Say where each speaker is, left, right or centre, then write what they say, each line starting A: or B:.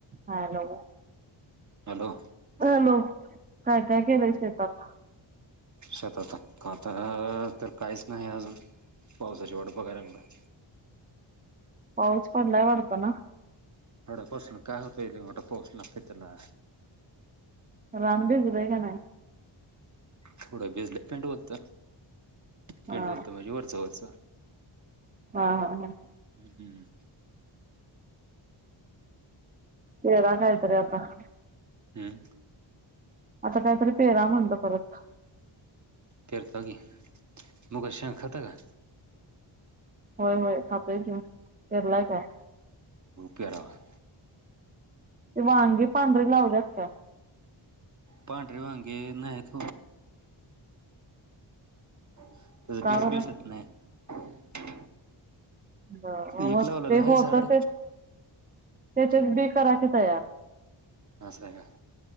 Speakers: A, on the right; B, on the right.
A: हा हॅलो.
B: हॅलो
A: हॅलो काय काय केलय शेतात.
B: शतात आता तर काहीच नाही अजून. पावसाची वाट बागाय लागलोय.
A: पाऊस पडलाय वाडत ना.
B: एवढ्या पावसानं काय होतय लय मोठा पाऊस लागतोय त्याला.
A: रान भिजलंय का नाही.
B: थोडं भिजलंय पेंडवलतय, पेंडवलतय
A: हा
B: म्हणजे वरचा वरच.
A: हा हा हा.
B: हम्म
A: पेरा कायतरी आता.
B: हम.
A: आता कायतरी पेरा म्हणल परत.
B: पेर्ताणी मुगाची शांग खाता का.
A: होय होय खातोय कि केरलाय काय.
B: पेरावं.
A: ते वांगी पांढरी लावल्यात काय.
B: पांढरी वांगे नाहत. <unintelligible>
A: का बरं बर
B: एक
A: मग
B: लावलेलं
A: ते
B: आहे
A: होत्या
B: झाड
A: तच. त्याच्यात बी करा की तयार
B: ह स का